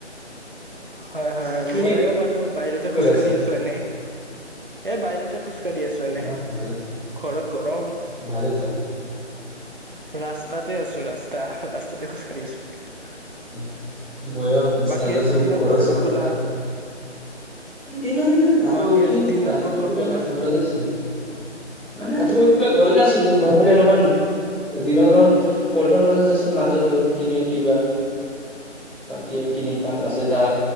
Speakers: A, on the right; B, in the centre.
A: হয় হয়
B: তুমি
A: মইয়ো
B: কি
A: বাৰু বাহিৰতে
B: কৰি
A: খোজকাঢ়ি
B: আছা
A: আছো এনে, এ বাহিৰতে খোজকাাঢ়ি আছো এনে
B: অ ভালে
A: ঘৰত গৰম।
B: ভালে তেতিয়া
A: ৰাস্তাত এতে আছু ৰাচ ত ৰাস্তাতে খোজকাঢ়ি আছো।
B: উম, মইও বিছনাত
A: বাকী আজি
B: আছো
A: দিনত
B: ঘৰত
A: ক'ত ক'ত
B: মানে
A: গ'লা?
B: এটা দিন দিনে ৰআকৌ
A: বাকী
B: উঠিল
A: আজি দিনত
B: ৰাতিপুৱা
A: ক'ত ক'ত
B: উঠিলে
A: গ'লা?
B: নে ঘৰতে আছিল মানে ৰাতিপুৱা উম, <unintelligible> বোলে ঘৰতে আছিল কি খালি অলপমান দিনত অলপমান পল্টন বাজাৰ য আছিল মাজত কিবা কনে কিবা কি কিন পাত